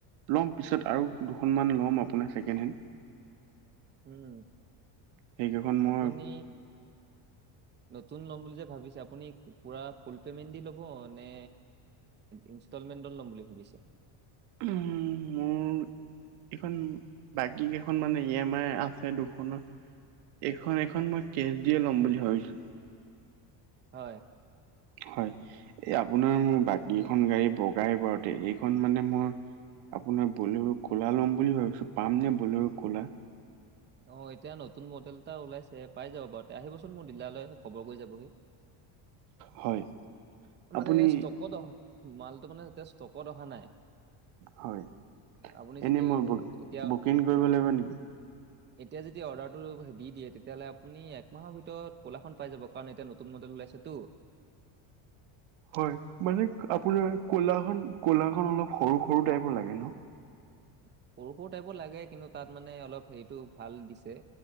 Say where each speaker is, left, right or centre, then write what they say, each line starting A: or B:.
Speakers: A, on the right (about 85°); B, on the right (about 20°).
A: ল'ম পিছত আৰু দুখনমান ল'ম আপোনাৰ ছেকেণ্ড হেণ্ড
B: উম
A: সেইকেইখন মই
B: আপুনি নতুন ল'ম বুলি যে ভাবিছে আপুনি পুৰা ফুল পেমেণ্ট দি ল'ব নে? ইনষ্টলমেন্টত ল'ম বুলি ভাবিছে।
A: উম মোৰ এইখন বাকী কেইখন মানে ই এম আই আছে দুখনৰ এইখন এইখন মই কেচ দিয়ে ল'ম বুলি ভাবিছো।
B: হয়।
A: হয় এই আপোনাৰ বাকীকেইখন গাড়ী লগাই ঘৰতে এইখন মানে মই আপোনাৰ বলেৰু ক'লা ল'ম বুলি ভাবিছো পাম নে বলেৰু ক'লা
B: অ এতিয়া নতুন মডেল এটা ওলাইছে পাই যাব বাৰু আহিবচোন মোৰ দিলালৈ খবৰ কৰি যাবহি
A: হয়। আপুনি
B: মানে ষ্টকত অ মালটো মানে এতিয়া ষ্টকত অহা নাই।
A: হয়
B: আপুনি
A: এনে
B: যেতিয়া
A: মই
B: এতিয়া
A: বুকিং কৰিব লাগিব নেকি?
B: এতিয়া যদি অৰ্ডাৰটো দি দিয়ে তেতিয়াহলে আপুনি এক মাহৰ ভিতৰত ক'লাখন পাই যাব কাৰণ এতিয়া নতুন মডেল ওলাইছে তো
A: হয় মানে আপোনাৰ কোলাখন কোলাখন অলপ সৰু সৰু টাইপৰ লাগে ন
B: <inaudible> সৰু- সৰু টাইপৰ লাগে কিন্তু তাত মানে অলপ হেৰিটো ভাল দিছে,